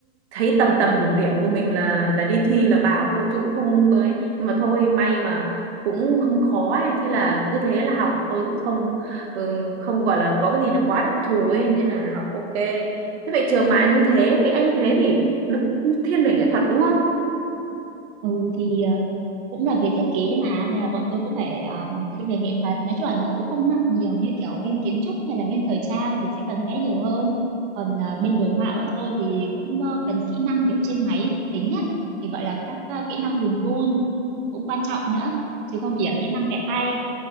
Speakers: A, on the right; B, on the right.
A: thấy tầm tầm đủ điểm của mình là là đi thi là vào thôi chứ cũng không có ấy nhưng mà thôi may mà cũng không khó ấy. thế là cứ thế là học tôi cũng không ừ, không gọi là có cái gì nó quá đặc thù ấy nên là học ok thế vậy trường bà như thế vậy anh như thế thì nó thiên về nghệ thuật đúng không
B: ừ thì ờ, cũng là về thiết kế mà nên là bọn tôi cũng phải ờ, thiên về nghệ thuật nói chung là nó cũng không nặng nhiều như kiểu bên kiến trúc hay là bên thời trang thì sẽ cần vẽ nhiều hơn còn ờ, bên đồ họa bọn tôi thì cũng ờ, cần kỹ năng kiểu trên máy tính nhá thì gọi là các ờ, kỹ năng dùng tool cũng quan trọng nữa chứ không chỉ là kỹ năng vẽ tay